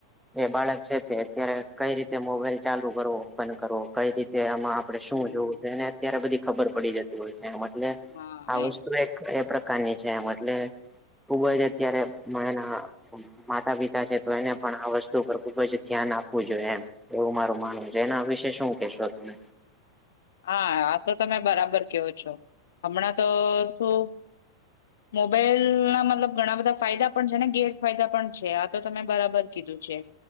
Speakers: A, in the centre; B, on the left (about 60°).
A: એ બાળક છે તે અત્યારે કઈ રીતે મોબાઈલ ચાલુ કરવો બંધ કરવો. કઈ રીતે આમાં આપડે શું
B: હમ
A: જોવું એને અત્યારે બધી ખબર પડી જતી. હોય છે મન લે
B: હા
A: આ
B: એ
A: વસ્તુ એક. એ પ્રકારની છે એમ એટલે ખુબ જ અત્યારે <unintelligible> ના. માતા પિતા છે તો એને પણ આ વર્ષ. વસ્તુ પર ખુબ જ ધ્યાન આપવું જોઈએ એમ એવું મારું માનવું છે એના વિશે શું કેહેશો તમે.
B: હા આ તો તમે બરાબર કેવો છો હમણાં તો શું. મોબાઈલ ના મતલબ ઘણા બધા ફાયદા પણ છે ને ગેરફાયદા પણ છે આ તો તમે બરાબર કીધું છે.